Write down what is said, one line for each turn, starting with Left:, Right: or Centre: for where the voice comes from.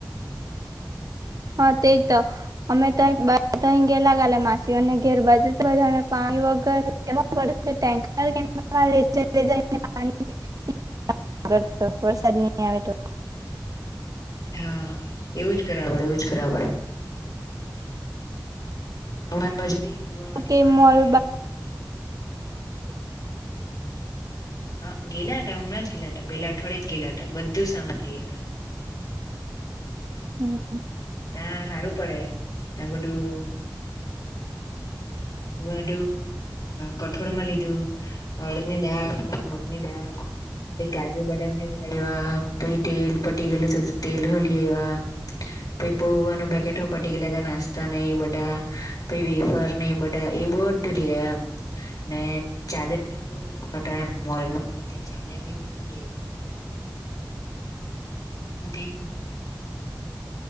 Right: હા તેજ તો અમે ત ગેલાગાલે માસીઓને ઘેર બાજુ તો બધાને પા પાણી વગર ટેન્કર પાણી <inaudible> આગળ તો વરસાદ નહીં આવે તો
Left: હા એવું જ કરવા પડે એવું જ કરવા પડે અમારે બાજુ બી કુવામાંથી
Right: કે
Left: પાણી
Right: મોલ
Left: મૂકે હા ગેલા હતા હમણાં જ ગેલા હતા પેલા અઠવાડે ગેલા હતા બધું સામાન લઈ આવ્યા
Right: હમ
Left: તાં હારું પડે તાં બધું બું કઠોળ માં લીધું હળદની દાળ મગની દાળ પછ કાજુ બદામને ઉડાવ્યા પ તેલ પટી ગયેલ તો તેલ હલી એવા પહી પોવાના પેકેટ હો પટી ગેલા તા નાસ્તા ના એ બધા પહી વેફર ને બ એ બધુ લઈ એવા એમ ને ચાદરને બો મસ્ત મોલમાં તો તે ચાદરનીવ બી ર હું કેઇ